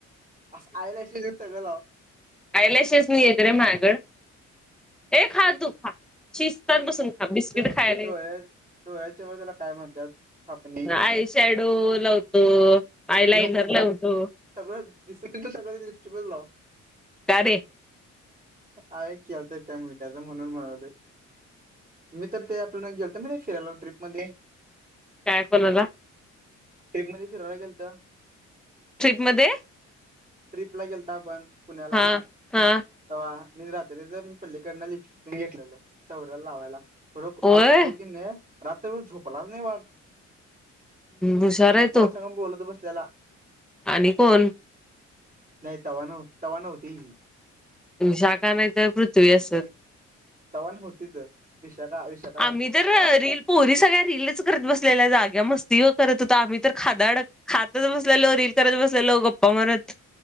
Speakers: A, on the right (about 25°); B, in the centre.
A: अस आयलाश सगं लाव.
B: कायलाशीच नाही येत रे माहागड हे खा तू खा. शिस्तात बसून खा बिस्किट
A: तर
B: खायला
A: डोळ्या डोळ्याच्या वे त्याला काय म्हणतात. आपण
B: आय शॅडो लावतो आय लाइनर
A: नको
B: लावतो.
A: सगळं दिस सगळं दिृष्टी पण लाव.
B: काारे.
A: हा एक केलत एक टा मुल्याच म्हणून म्हणावले मी तर ते आपल्याला गेलत मणे फिरायला ट्र्रीपमध्येध्ये
B: काय कलला
A: ट्रेपमध्येध्ये फिरयेल तर
B: ट्रिपमध्येध्ये
A: ट्रिपला गेलता आपण पुण्याला
B: हा हा
A: ते मी रात्री तर मी पल्लीिकडन लिपस्टिक घेतलेलो सौराला लावायला खर तो
B: होय
A: की नाही रात्रीभर झोपलाच नाही वाघ
B: हुशार
A: काय नाहीहि
B: आहे
A: कुणास
B: तो
A: बोलत बसल्याला
B: आणि कोण
A: नाही तवान तवान होती
B: शाखा नाही तर पृथ्वी असेल
A: तवण होतीच विशाख आशा
B: आ म तरर रीलील पोरी सगळ्या रीलच करत बसलेल्या जाग्या मस्ती व करत होत आम्ही तर खादा अडत. खातच बसलो रील करच बसलेलो गप्पा मारत.